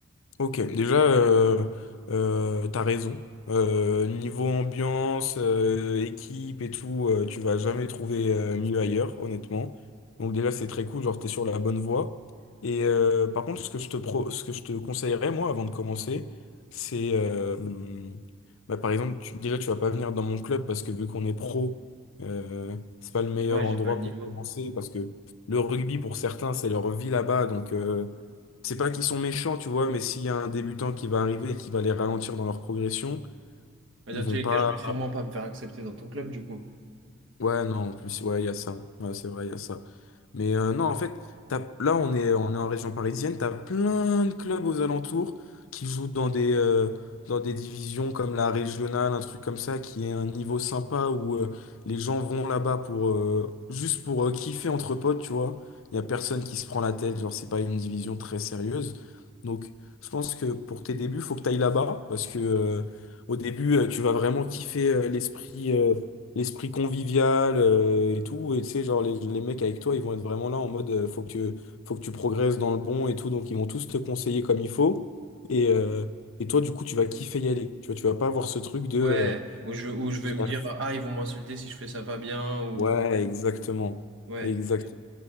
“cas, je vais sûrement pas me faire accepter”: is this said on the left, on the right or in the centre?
Right